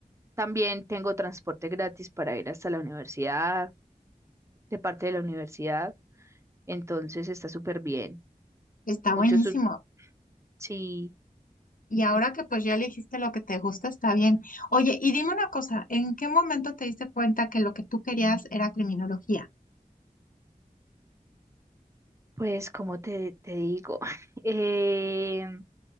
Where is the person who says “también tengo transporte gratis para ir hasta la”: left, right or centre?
Right